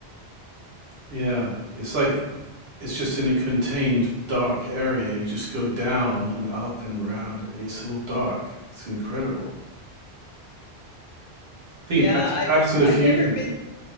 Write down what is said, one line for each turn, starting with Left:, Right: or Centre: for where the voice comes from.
Right: Yeah, it's like it's just in a contained dark area. You just go down and up and round, and it's all dark. It's incredible. I think
Left: Yeah,
Right: Back
Left: I
Right: to, Back to the
Left: I've
Right: Future.
Left: never been